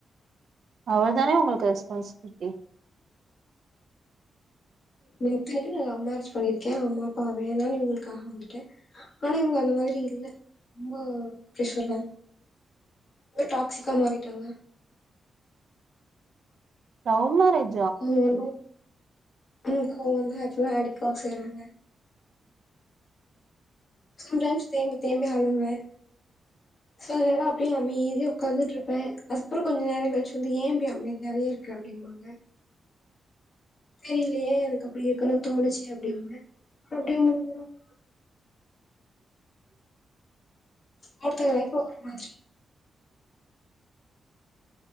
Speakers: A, on the right; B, on the left.
A: அவர்தானெ உங்களுக்கு ரெஸ்பான்சிபிலிட்டி
B: இத்தனைக்கு நா லவ் மேரேஜ் பண்ணிருக்கே அம்மா அப்பா வேணானு இவுங்களுக்காக வந்துட்டே ஆனா இவுங்க அந்த மாதிரி இல்ல அம்மா பிரஷர்ல ஒரு டாக்சிக்கா மாறிட்டாங்க
A: லவ் மேரேஜ்
B: ஆஹ <unintelligible> கிளிக் கோவம்வந்தா ஆக்சுலா அடிக்க செய்றாங்க சம்டம்ஸ் தேம்பி தேம்பி அழுவுவேன் சில நேரம் அப்படியே அமைதிய உட்காந்துட்டு இருப்பேன் அதுக்கப்புறம் கொஞ்சம் நேரம் கழிச்சு வந்து ஏன்இப்படி அமைதியாவே இருக்கு அப்படிம்பாங்க தெரியலையே எனக்கு அப்படி இருக்கன்னு தோணுச்சி அப்படின்ப அப்டியே முடிஞ்சரும் ஒருத்தங்க லைஃப் ஒவ்வொரு மாதிரி